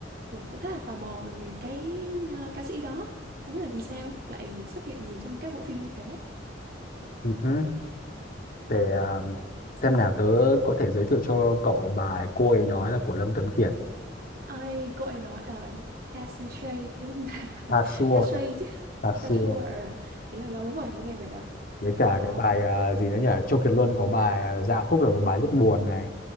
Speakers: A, on the right; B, on the left.
A: rồi cũng khá là tò mò về cái ờ, ca sĩ đó. Không biết là vì sao lại được xuất hiện nhiều trong các bộ phim như thế.
B: Ừ hứ, để ờ, xem nào tớ có thể giới thiệu cho cậu bài cô ấy nói là của Lâm Tuấn Kiệt
A: ơi cô ấy nói ờ, tha sư shay đúng không ta
B: Tha
A: <laughs>
B: Sure
A: tha shay chứ
B: Tha
A: tha
B: Sure
A: sure ý là lâu lắm rồi mới nghe bài đó
B: với cả
A: ờ
B: cái bài ờ, gì nữa nhỉ Châu Kiệt Luân có bài ờ, Dạ Khúc là một bài rất buồn này